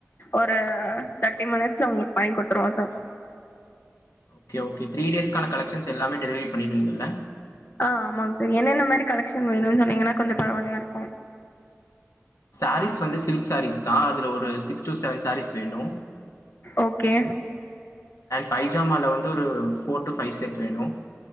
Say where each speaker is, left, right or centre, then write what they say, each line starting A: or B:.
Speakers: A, on the left; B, on the left.
A: ஒரு த ட்டி மினிட்ஸ்ல உங்ளுக்கு பண்ணிக் குடுத்துருவோ சார்
B: ஓகே ஓகே த்ரீ டேஸ்க்கான கலெக்க்ஷன்ஸ் எல்லாமே டெலிவரி பண்ணிடுவீங்கல்ல
A: அ ஆமாங்க சார் என்னென்ன மாரி கலெக்ஷன் வேணுன்னு சொன்னீங்ன்னா கொஞ்சோ பரவாயில்லையா இருக்கோ
B: சாரீஸ் வந்து சில்க் சாரீஸ் தா அதுல ஒரு சிக்ஸ் டூ செவன் சாரீஸ் வேணு
A: ஓகே
B: அண்ட் பைஜாமால வந்து ஒரு ஃபோர் டூ ஃபை செட் வேணு